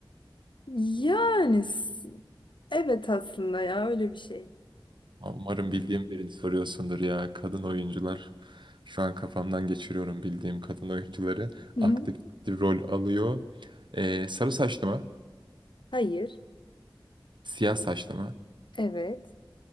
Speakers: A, on the left; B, on the right.
A: Yani s- evet aslında ya öyle bir şey.
B: Umarım bildiğim birini soruyorsundur ya. Kadın oyuncular. Şu an kafamdan geçiriyorum bildiğim kadın oyuncuları.
A: Hı hı.
B: Aktif bir rol alıyor. Ee, sarı saçlı mı?
A: Hayır.
B: Siyah saçlı mı?
A: Evet.